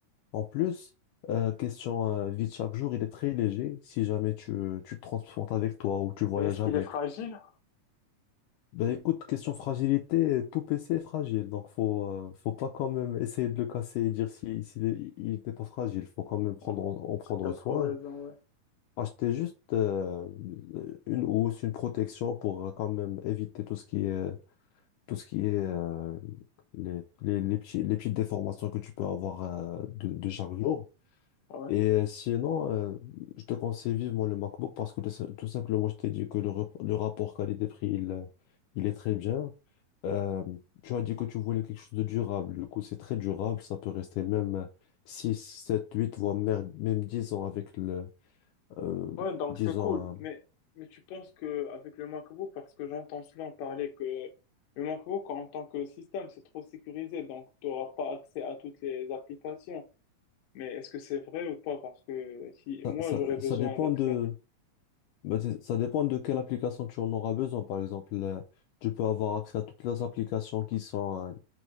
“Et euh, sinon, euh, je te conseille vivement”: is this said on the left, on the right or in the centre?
Left